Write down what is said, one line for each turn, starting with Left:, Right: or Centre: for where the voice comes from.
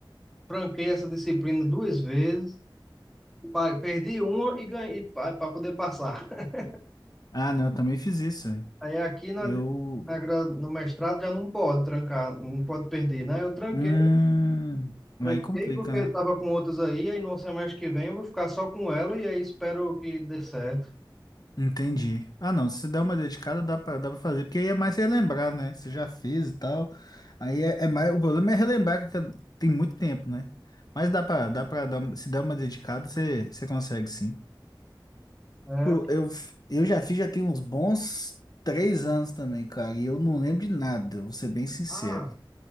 Centre: franquei essa disciplina duas vezes. Pai, perdi uma e ganhei para poder passar. <laughs>
Left: Ah, não, eu também fiz isso.
Centre: Aí aqui na,
Left: Eu.
Centre: na gra- no mestrado já não pode trancar, não pode perder, né? Eu tranquei,
Left: Hum,
Centre: tranquei
Left: aí complica,
Centre: porque
Left: né?
Centre: eu estava com outras aí, aí no semestre que vem eu vou ficar só com ela e aí espero que dê certo.
Left: Entendi. Ah, não, se der uma dedicada, dá pra, dá pra fazer, porque aí é mais relembrar, né? Você já fez e tal. Aí é, é mais. O problema é relembrar que tem muito tempo, né? Mas dá pra, dá pra dar, se der uma dedicada, você, você consegue sim.
Centre: É,
Left: Pô, eu, f- eu já fiz, já tem uns bons três anos também, cara, e eu não lembro de nada, vou ser bem sincero.
Centre: ah,